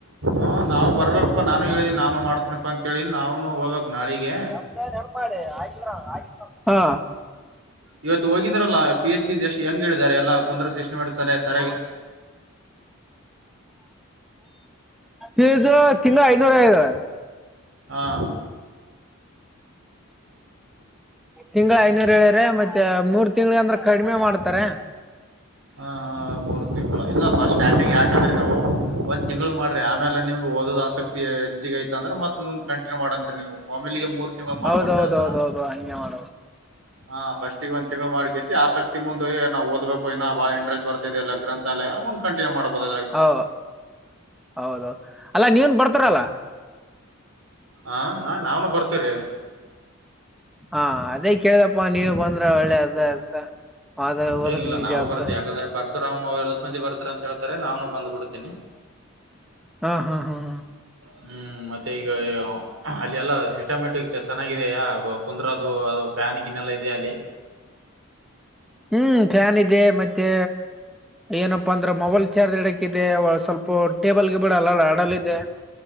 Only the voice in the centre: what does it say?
ನನಗ್ ನೆನಪ್ ಮಾಡಿ ಆಗಿದ್ರ್ ಆಗಿತ್ತ ಹಾ.
<inaudible> ಹೆಸೋ ತಿನ್ನು ಐದು ಐದ್.
ತಿಂಗಳ ಐನೂರು ಹೇಳ್ಯಾರ್ ಮತ್ತೆ ಮೂರ್ ತಿಂಗಳಿಗ ಅಂದ್ರೆ ಕಡಿಮೆ ಮಾಡ್ತಾರೆ.
ಹೌದೌದು
ಹೌದೌದು ಹಂಗೆ ಮಾಡೋದು
ಹ ಹೌದ ಹೌದ್ ಅಲ್ಲ ನೀವನ್ ಬರ್ತೀರಲ್ಲ.
ಹಾ ಅದೇ ಕೇಳಿದಪ್ಪ ನೀವು ಬಂದ್ರ ಒಳ್ಳೆ ಅದ ಅದ
ಅದಕ್
ನಿಜ
ಅದ
ಹಾ ಹಾ ಹಾ ಹಾ
ಹ್ಮ್ ಫ್ಯಾನ್ ಇದೆ ಮತ್ತೆ ಏನಪ್ಪಾ ಅಂದ್ರ ಮೊಬೈಲ್ ಚಾರ್ಜ್ ಇಡಕ್ ಇದೆ ಸ್ವಲ್ಪ ಟೇಬಲ್ ಗಿಬಲ್ ಆಡಲ್ಲ ಇದೆ.